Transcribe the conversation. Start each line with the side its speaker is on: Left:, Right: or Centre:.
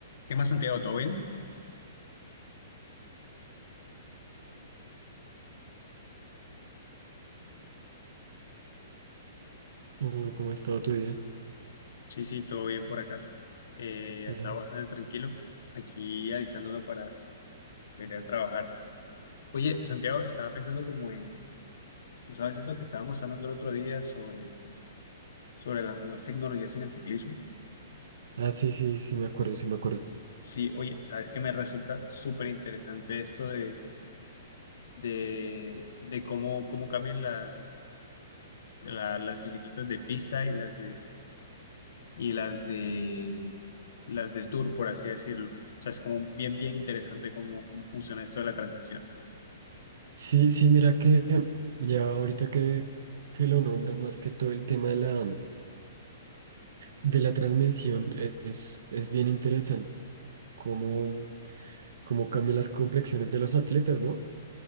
Left: ¿Qué más, Santiago? ¿Todo bien?
Right: Oh, ¿cómo ha estado tu día?
Left: Sí, sí, todo bien por acá. Eh,
Right: Ah,
Left: estaba bastante tranquilo aquí alistándome para para ir a trabajar. Oye, Santiago, estaba pensando como en, tú sabes eso que estábamos hablando el otro día sobre, sobre las nuevas tecnologías en el ciclismo.
Right: ah, sí, sí, sí, me acuerdo, sí, me acuerdo.
Left: Sí, oye, sabes que me resulta súper interesante esto de, de, de cómo, cómo cambian las, la- las bicicletas de pista y las de, y las de las del tour, por así decirlo. O sea, es como bien, bien interesante cómo, cómo funciona esto de la transmisión.
Right: Sí, sí, mira que ya ahorita que, que lo nombras, más que todo el tema de la, de la transmisión, eh, es, es bien interesante cómo, cómo cambian las complexiones de los atletas, ¿no?